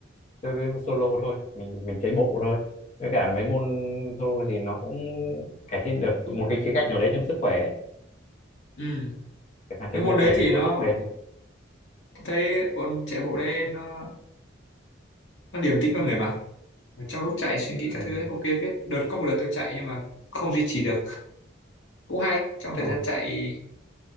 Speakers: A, on the left; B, on the left.
A: chơi mấy môn solo thôi mình mình chạy bộ thôi với cả mấy môn solo thì nó cũng cải thiện được một cái khía cạnh nào đấy trong sức khỏe ấy.
B: ừ.
A: chẳng hạn
B: cái
A: chạy bộ
B: môn đấy
A: thì
B: thì nó
A: có sức bền
B: thấy bọn chạy bộ đấy nó nó điềm tĩnh con người mà Ở trong lúc chạy suy nghĩ
A: ừ.
B: các thứ ấy, ok phết đợt có một đợt tôi chạy nhưng mà không duy trì được cũng hay trong
A: Ờ,
B: thời gian chạy